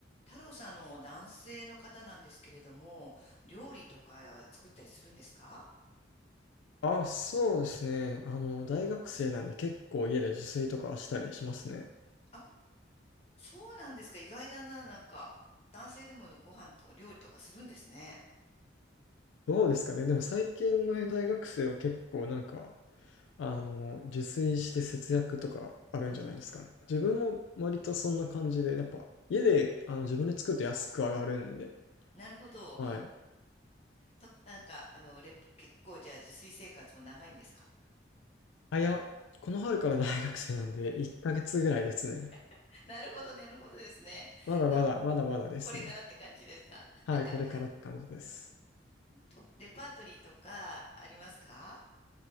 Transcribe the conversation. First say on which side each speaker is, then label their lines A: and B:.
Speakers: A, on the left; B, on the left.
A: 太郎さん、あの、男性の方なんですけれども、料理とか作ったりするんですか
B: あ、そうですね。あの、大学生なんで結構家で自炊とかしたりしますね。
A: あ、そうなんですか。意外だな、なんか。男性でもご飯と料理とかするんですね。
B: どうですかね。でも最近の大学生は結構なんか、あの、自炊して節約とかあるんじゃないですかね。
A: うん。
B: 自分も割とそんな感じで、やっぱ家であの自分で作ると安く上がるんで。
A: なるほど。
B: はい。
A: <laughs> た、なんか、あの、レポ、結構じゃあ自炊生活も長いんですか
B: あ、いや、この春から大学生なんで1ヶ月ぐらいですね。
A: <laughs> なるほど、なるほどですね。
B: まだまだ、
A: な、
B: まだまだですね。
A: これからって感じですかなんか、
B: はい、これからって感じです。
A: とレパートリーとかありますか